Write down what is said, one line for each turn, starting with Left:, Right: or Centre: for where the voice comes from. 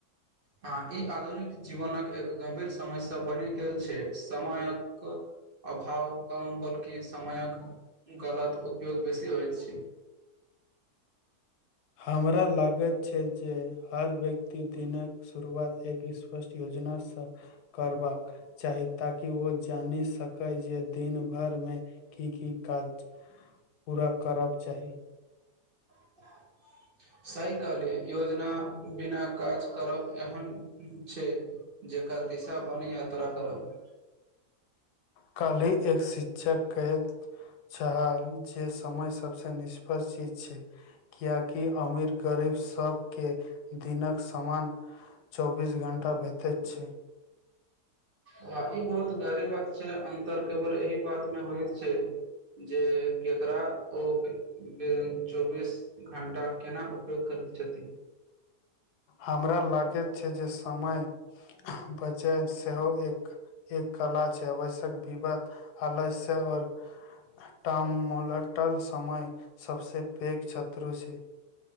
Right: हँ ई आधुनिक जीवनक एक गंभीर समय सँ बनि गेल छै समयक कऽ अभाव कम बल्कि समयक गलत उपयोग बेसी होइत छै
Left: हमरा लागत छै जे हर व्यक्ति दिनक शुरुआत एक स्पष्ट योजनासँ करबाक चाही ताकि ओ जानि सकय जे दिन भरि मे की की काज पूरा करब चाही
Right: <inaudible> सही कहली योजना बिना काज करब एहन छै जेकर दिशा बनी यात्रा करब
Left: कल्ही एक शिक्षक कहैत छल जे समय सबस निष्पर्श चीज छै किएकि अमीर गरीब सभ केँ दिनक समान चौबीस घण्टा भेटैत छै
Right: व ई बहुत गहरी बात छै अन्तर केवल एहि बात मे होइत छै जे केकरा ओ बे चौबीस घंटा केना उपयोग करती छथि
Left: हमरा लागैत छै जे समय हां बचेब सेहो एक एक कला छै आवश्यक विवाद आलस्य आओर टामोलटल समय सबस पैघ शत्रु छै